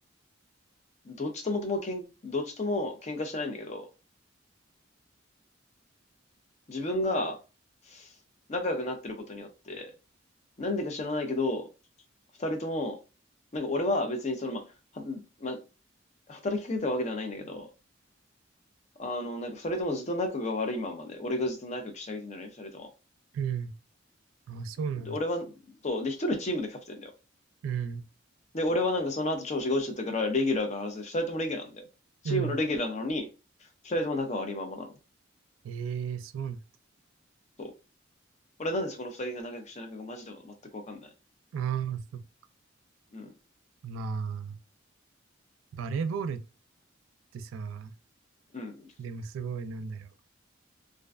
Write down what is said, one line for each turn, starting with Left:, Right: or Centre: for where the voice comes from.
Left: どっちともともけん、どっちとも喧嘩してないんだけど、自分が仲良くなってることによって、なんでか知らないけど、二人とも、なんか俺は別にその、ま、はま、働きかけたわけではないんだけど、あの、なんか二人ともずっと仲が悪いままで、俺がずっと仲良くしてあげてるのに、二人とも。
Right: うん、うん。ああ、そうなんだ。
Left: で、俺は、そう、で、一人はチームでキャプテンだよ。
Right: うん、
Left: で、俺はなんかその後調子が落ちちゃったから、レギュラーが外れて、二人ともレギュラーなんだよ。チームのレギュラーなのに、
Right: うん。
Left: 二人とも仲悪いままなの。
Right: ええ、そうなん
Left: そう。俺なんでそこの二人が仲良くしてないのかマジで全くわかんない。
Right: だ。ああ、そっか。
Left: うん。
Right: まあ、バレーボールってさ、
Left: うん。
Right: でもすごいなんだろ